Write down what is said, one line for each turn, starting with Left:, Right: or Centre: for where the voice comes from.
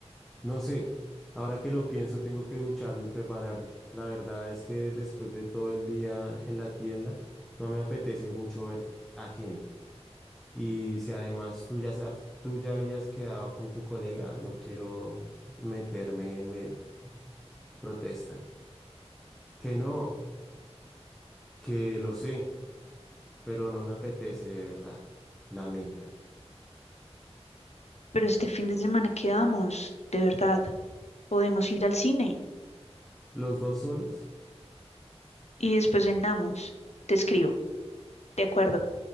Centre: No sé, ahora que lo pienso tengo que ducharme y prepararme. La verdad es que después de todo el día en la tienda, no me apetece mucho ver a gente. Y si además tú ya sabes, tú ya habías quedado con tu colega, no quiero meterme en medio. Protestan. Que no, que lo sé, pero no me apetece de verdad. Lamentan.
Left: Pero este fin de semana quedamos, de verdad. Podemos ir al cine
Centre: Los dos solos
Left: y después cenamos. Te escribo, ¿de acuerdo?